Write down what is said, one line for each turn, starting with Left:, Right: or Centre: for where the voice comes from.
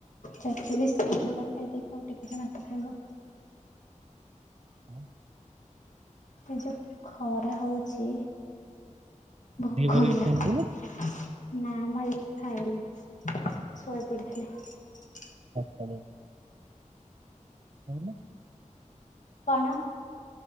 Left: ଚାସ୍ ଖାଇଦେଇ କି ଆଉ ଟିକେ ଖାଇବ
Right: ହଁ
Left: ଏ ଯୋଉ ଖରା ହଉଛି। ଭୋକ
Right: ଦିପହରେ
Left: ବି
Right: କିଛି
Left: ଲାଗୁନି
Right: ଖାଇନଥିଲୁ?
Left: ନାମ ଖାଇନି ଶୋଇ ପଡିଥିଲି।
Right: କଲେ <unintelligible>
Left: କଣ?